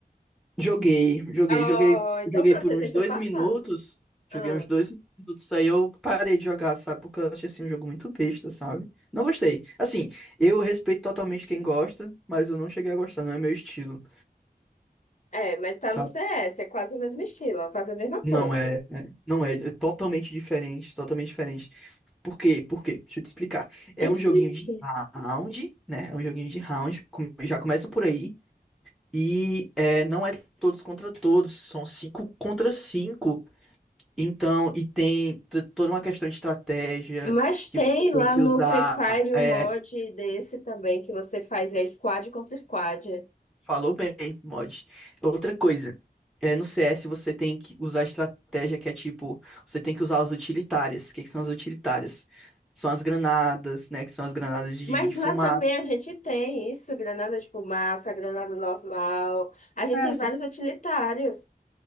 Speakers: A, in the centre; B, on the left.
A: Joguei, joguei,
B: Oh,
A: joguei,
B: então
A: joguei
B: pra
A: por
B: você
A: uns
B: ter seu
A: dois
B: passado.
A: minutos. Joguei
B: Ah,
A: uns dois minutos, aí eu parei de jogar, sabe? Porque eu achei assim um jogo muito besta, sabe? Não gostei. Assim, eu respeito totalmente quem gosta, mas eu não cheguei a gostar, não é meu estilo.
B: é, mas tá
A: Sabe?
B: no C. S. é quase o mesmo estilo, é quase a mesma coisa.
A: Não é, é- não é, é totalmente diferente, totalmente diferente. Por quê? Por quê? Deixa eu te explicar. É
B: Explique.
A: um joguinho de round, né? É um joguinho de round, com- já começa por aí. E é, não é todos contra todos, são cinco contra cinco. Então, e tem t- toda uma questão de estratégia
B: Mas
A: que
B: tem
A: você
B: lá
A: tem que
B: no
A: usar.
B: Free Fire o
A: É,
B: mod desse também que você faz é squad contra squad.
A: Falou bem, mod. Outra coisa, é, no CS você tem que usar estratégia que é tipo, você tem que usar as utilitárias. O que que são as utilitárias? São as granadas, né? Que são as granadas de,
B: Mas
A: de
B: lá
A: fumaça.
B: também a gente tem isso, granada de fumaça, granada normal. A gente
A: Certo,
B: tem vários utilitários.